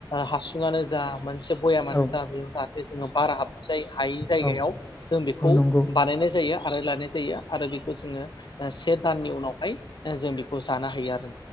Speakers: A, on the left; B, on the left.
A: हासुङानो जा से बया मानो
B: औ
A: जा बेयाव बेजिंआव बारा हाब नो हायि जायगायाव
B: औ
A: जों बेखौ
B: औ नंगौ
A: बानायनाय जायो आरो लानाय जायो आरो बेखौ जोङो ओ से दाननि उनावहाय जों बेखौ जानो हायो आरो